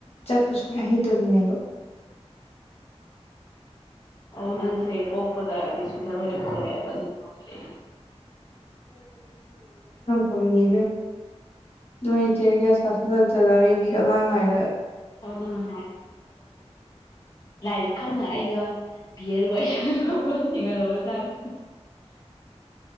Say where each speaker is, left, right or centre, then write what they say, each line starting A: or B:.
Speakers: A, on the left; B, on the left.
A: ꯆꯠꯄ ꯁꯨꯡꯉꯥꯏ ꯍꯩꯇꯕꯤꯅꯦꯕ
B: ꯑ ꯅꯪꯁꯦ ꯄꯣꯛꯄꯗꯗꯤꯁꯗꯔ ꯄꯣꯛꯦ ꯑꯗꯨ ꯊꯔꯦ
A: ꯅꯤ ꯅꯣꯏ ꯏꯇꯦ ꯒ꯭ꯌꯥꯁ ꯀꯥꯞꯁꯤꯜꯂꯛꯇꯗ ꯑꯩꯗꯤ ꯑꯉꯥꯡꯉꯩꯗ
B: ꯪꯅ ꯍꯥꯏ ꯂꯥꯏꯅ ꯈꯪꯅ ꯑꯩꯒ ꯕꯤ ꯑꯦꯔ ꯋꯥꯏꯁꯣꯏ ꯆꯤꯡꯉꯂꯕꯨ ꯆꯅꯤ